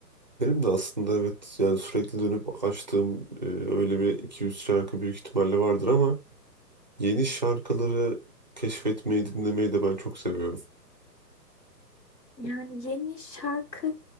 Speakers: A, on the right; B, on the left.
A: Benim de aslında evet yani sürekli dönüp açtığım e, öyle bir 200 şarkı büyük ihtimalle vardır ama yeni şarkıları keşfetmeyi dinlemeyi de ben çok seviyorum.
B: Yani yeni şarkı